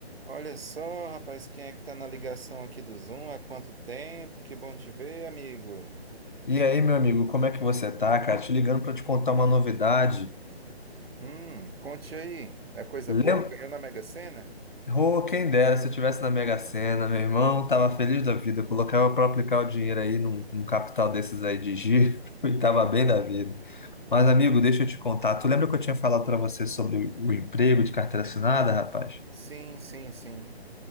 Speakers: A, on the right (about 65°); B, on the left (about 50°).
A: Olha só, rapaz, quem é que tá na ligação aqui do Zoom? Há quanto tempo? Que bom te ver, amigo.
B: E aí, meu amigo, como é que você tá, cara? Te ligando para te contar uma novidade.
A: Hum, conte aí. É coisa
B: Lem...
A: boa? Ganhou na Mega Sena?
B: Oh, quem dera se eu tivesse na Mega Sena, meu irmão, tava feliz da vida, colocava para aplicar o dinheiro aí num, num capital desses aí de giro <laughs> e
A: Aham.
B: tava bem da vida. Mas, amigo, deixa eu te contar. Tu lembra que eu tinha falado para você sobre o emprego de carteira assinada, rapaz?
A: Sim, sim, sim.